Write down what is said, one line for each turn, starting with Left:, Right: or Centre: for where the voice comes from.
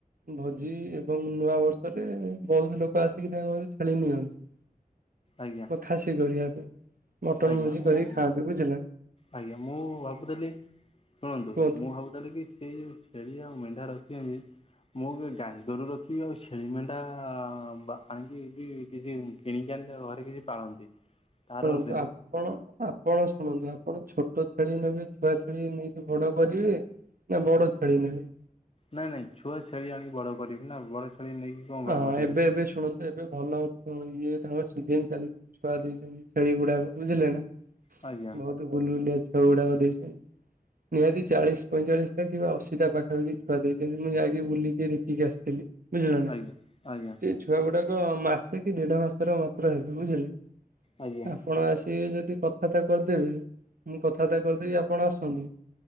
Right: ଭୋଜି ଏବଂ ନୂଆ ବର୍ଷରେ ବହୁତ ଲୋକ ଆସିକି ତାଙ୍କ ଘରେ ଛେଳି ନିଅନ୍ତି। <inaudible>
Left: ଆଜ୍ଞା।
Right: ବୋ ଖାସି କରିବା ପେଇଁ ମଟନ୍
Left: ଆଜ୍ଞା
Right: ଭୋଜି
Left: ମୁଁ
Right: କରିକି ଖାଆନ୍ତି ବୁଝିଲ୍
Left: ଆଜ୍ଞା ମୁଁ ଭାବୁଥେଲି ଶୁଣନ୍ତୁ
Right: କୁହନ୍ତୁ।
Left: ମୁଁ ଭାବୁଥେଲି କି ସେଇ ଯୋଉ ଛେ ଛେଳି ଆଉ ମେଣ୍ଢା ରଖିଆ ବି ମୁଁ ଆଗେ ଗାଈ ଗୋରୁ ରଖିବି ଆଉ ଛେଳି ମେଣ୍ଢା ବା ଆଣିକି ବି କିଛି ଉଁ ଫ୍ କିଣିକି ଆଣି ତାକୁ ଘରେ କିଛି ପାଳନ୍ତି।
Right: ହ <unintelligible>
Left: ତାର ଜ୍
Right: ଆପଣ ଆପଣ ଶୁଣନ୍ତୁ ଆପଣ ଛୋ ଟ ଛେଳି ନେବେ ଛୁଆ ଛେଳି ନେଇକି ବଡ କରିବେ ନା ବଡ ଛେଳି ନେବେ।
Left: ନାଇଁ ନାଇଁ ଛୁଆ ଛେଳି ଆଣିକି ବଡ କରିବି ନା ବଡ ଛେଳି ନେଇକି କ'ଣ ବା
Right: ଆ
Left: କରିବି
Right: ଏବେ ଏବେ ଶୁଣନ୍ତୁ ଏବେ ଭଲ ତ ଇଏ ତାଙ୍କ ସିଜିନ୍ ଚାଲି ଛୁଆ ଦେଇଛନ୍ତି ଛେଳିଗୁଡାକ ବୁଝିଲେ ନା
Left: ଆଜ୍ଞା
Right: ଭୋଉ ତୁ ଗୁଲୁ ଗୁଲିଆ ଛୁଆଗୁରାକ ଦେଇଛନ୍ତି। ନିହାତି ଚାଳିଶ ପଇଁଚାଳିଶଟା କିମ୍ବା ଅଶୀଟା ପାଖାପାଖି ଛୁଆ ଦେଇଛନ୍ତି ମୁଁ ଯାଇଁକି ବୁଲିକି ଦେଖିକି ଆସତେଲି। ବୁଝିଲ ନ
Left: ଆଜ୍ଞା ଆଜ୍ଞା।
Right: ଛୁଆଗୁଡାକ ମାସେ କି ଦେଢ ମାସର ମାତ୍ର ହେବେ ବୁଝିଲେ
Left: ଆଜ୍ଞା
Right: ଆପଣ ଆସ୍ ଇବେ ଯଦି କଥାବାର୍ତ୍ତା କରିଦେବେ ମୁଁ କଥାବାର୍ତ୍ତା କରିଦେବି ଆପଣ ଆସନ୍ତୁ।